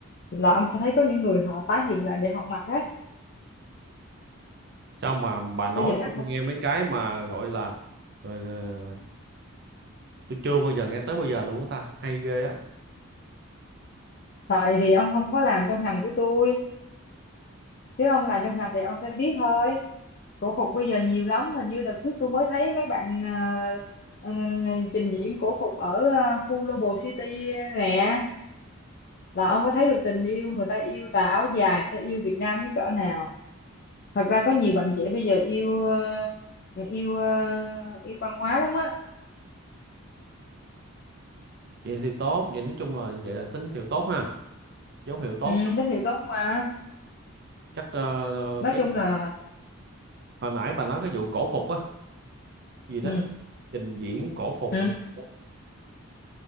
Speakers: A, on the left; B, on the right.
A: là ông sẽ thấy có những người họ tái hiện lại để họ mặc á
B: sao mà bà nói
A: bây giờ
B: tôi
A: các
B: nghe
A: bạn-
B: mấy cái mà gọi là rồi là- tôi chưa bao giờ nghe tới bao giờ luôn á ta hay ghê á
A: tại vì ông không có làm trong ngành của tôi chứ ông làm trong ngành thì ông sẽ biết thôi cổ phục bây giờ nhiều lắm hình như đợt trước tôi mới thấy mấy bạn ờ, ờ, trình diễn cổ phục ở ờ, khu Global City nè là ông có thấy được tình yêu người ta yêu tà áo dài người ta yêu Việt Nam đến cỡ nào thật ra có nhiều bạn trẻ bây giờ yêu ờ, yêu ờ, yêu văn hóa lắm á
B: vậy thì tốt vậy nói chung là vậy là tín hiệu tốt ha dấu hiệu tốt
A: ừ,
B: á.
A: tín hiệu tốt mà
B: chắc ờ,
A: nói
B: cái
A: chung là
B: hồi nãy bà nói cái vụ cổ phục á gì đó
A: ừ
B: trình diễn cổ phục
A: ừ
B: hay gì đó.